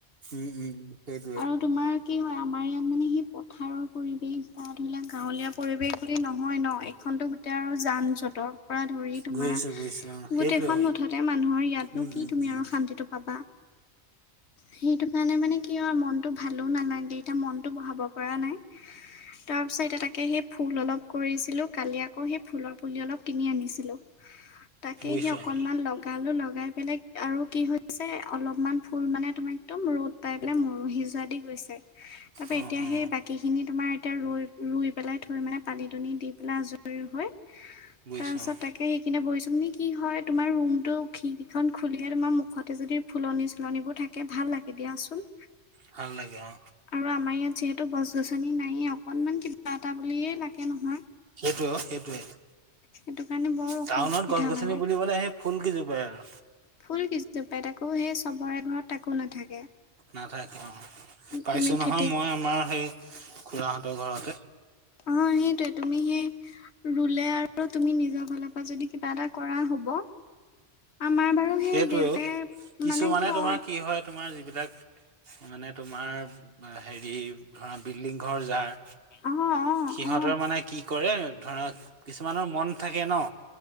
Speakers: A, on the right; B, on the left.
A: উম উম উম। সেইটোয়ে
B: আৰু তোমাৰ কি হয় আমাৰ ইয়াত মানে সেই পথাৰৰ পৰিৱেশ বা ধৰি লওক গাঁৱলীয়া পৰিৱেশ বুলি নহয় ন এখনতো গোটেই আৰু যান জঁটৰ পৰা ধৰি তোমাৰ
A: বুজিছো বুজিছো অ সেইটোয়ে
B: গোটেইখন
A: অ
B: মুঠতে মানুহৰ ইয়াতনো
A: উম
B: কি
A: উম
B: তুমি
A: উম
B: আৰু শান্তিটো পাবা। সেইটো কাৰণে মানে কি কি হয় মনটো ভালো নালাগে, এতিয়া মনটো বহাব পৰা নাই। তাৰ পিছত এতিয়া তাকে সেই ফুল অলপ কৰিছিলো। কালি আকৌ সেই ফুলৰ পুলি অলপ কিনি আনিছিলো। তাকে
A: বুজিছো
B: সেই অকনমান
A: অ
B: লগ গালো লগাই পেলাই আৰু কি হৈছে অলপমান ফুল মানে তোমাৰ একদম ৰ'দ পাই পেলাই মৰহি যোৱা দি গৈছে। তাৰপা
A: অ
B: এতিয়া
A: অ
B: সেই বাকী খিনি তোমাৰ এতিয়া ৰুই পেলাই থৈ মানে পানী তনি দি পেলাই আজৰি হৈ
A: বুজিছো
B: তাৰপিছত
A: অ
B: তাকে <unintelligible> কি হয় তোমাৰ ৰুমটো খিৰিকীখন খুলিয়েই তোমাৰ মুখতে যদি ফুলনি-চুলনিবোৰ থাকে ভাল লাগে দিয়াচোন।
A: ভাল লাগে অ।
B: আৰু আমাৰ ইয়াত যিহেতু গছ-গছনি নায়েই, অকনমান কিবা এটা বুলিয়েই লাগে নহয়।
A: অ সেইটোৱে।
B: সেইটো কাৰণে বৰ অসুবিধা
A: টাউনত গছ-গছনি
B: মানে
A: বুলিবলে সেই ফুল কইজোপাই আৰু।
B: ফুল কেইজোপায়, তাকো সেই চবৰে এ ঘৰত তাকো নাথাকে।
A: নাথাকে অ পাইছো
B: তুমি
A: নহয়
B: খেতি
A: মই আমাৰ সেই খুৰাাহঁতৰ ঘৰতে।
B: অ সেইটোৱে তুমি সেই ৰুলে আৰু তুমি নিজৰ ফালৰ পৰা যদি কিবা এটা কৰা হ'ব। আমাৰ বাৰু সেই
A: সেইটৱে
B: দেউতাই
A: ও কিছুমানে
B: মানে অ
A: তোমাৰ কি হয় তোমাৰ যিবিলাক মানে তোমাৰ হেৰি ধৰা বিল্ডিং ঘৰ যাৰ,
B: অ অ
A: সিহঁতৰ
B: অ
A: মানে কি কৰে ধৰা কিছুমানৰ মন থাকে ন।